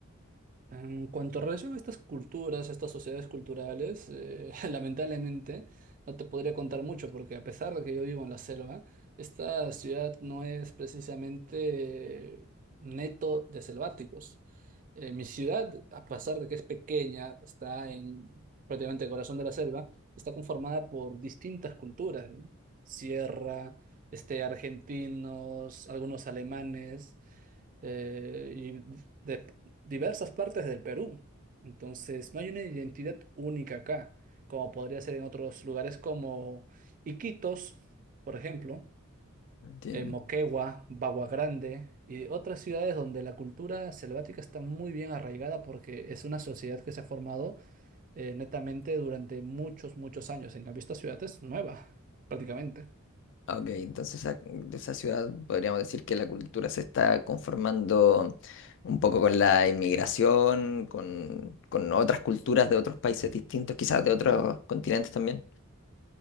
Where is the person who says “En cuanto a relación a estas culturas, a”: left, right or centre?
Right